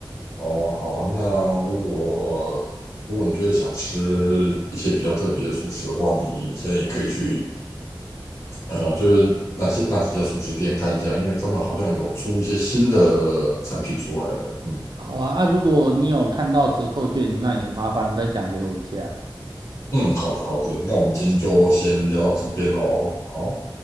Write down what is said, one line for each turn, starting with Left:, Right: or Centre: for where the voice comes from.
Left: 哦，好啊。那如果如果你觉得想吃一些比较特别的素食的话，你现在也可以去呃，就是那些那几家素食店看一下，因为他们好像有出一些新的产品出来了。嗯
Right: 好啊，啊，如果你有看到折扣券，那也麻烦分享给我一下。
Left: 嗯，好的好的，那我们今天就先聊到这边喽。好。